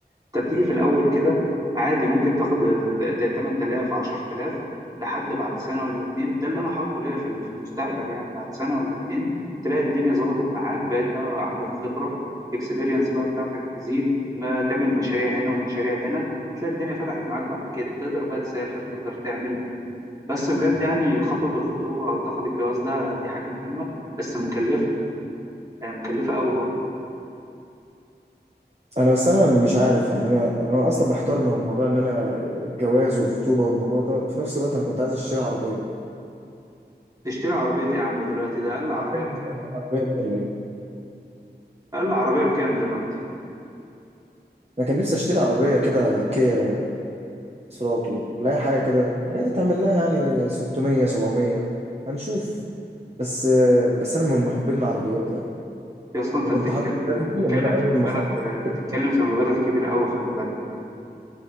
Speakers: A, on the right; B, on the right.
A: انت بتيجي في الاول كده عادي ممكن تاخد آه، ت- 8000 10000 لحد بعد سنه ولا اتنين ده اللي انا حاطه ليا في ال- في المستقبل يعني بعد سنه ولا اتنين تلاقي الدنيا ظبطت معاك بقيت بقى عندك خبره اكسبيرينس بقى بتاعتك تزيد ما تعمل مشاريع هنا ومشاريع هنا بتلاقي الدنيا فتحت معاك بعد كده تقدر بقى تسافر تقدر تعمل بس بجد يعني خطوة الخطوبة أو تاخد الجواز ده دي حاجة مهمة بس مكلفة يعني مكلفة قوي برضه
B: انا بس انا مش عارف يعني انا انا اصلا محتار من موضوع ان انا الجواز والخطوبه والموضوع ده وفي نفس الوقت انا كنت عايز اشتري عربيه
A: تشتري عربية إيه يا عم دلوقتي ده أقل عربية
B: عربيه
A: بكام؟
B: بقى ولا ايه؟
A: أقل عربية بكام دلوقتي؟
B: انا كان نفسي اشتري عربيه كده كيا سلاطو لا حاجة كده هي تتعمل لها يعني 600 700 هنشوف بس بس أنا من محبين العربيات يعني
A: يا أصلا أنت
B: فكنت
A: بتتكلم
B: حاطط هدفي
A: بتتكلم
B: إن أنا أول
A: في مبالغ
B: ما أخلص أشتري
A: بتتكلم
B: عربية.
A: في مبالغ كبيرة قوي خلي بالك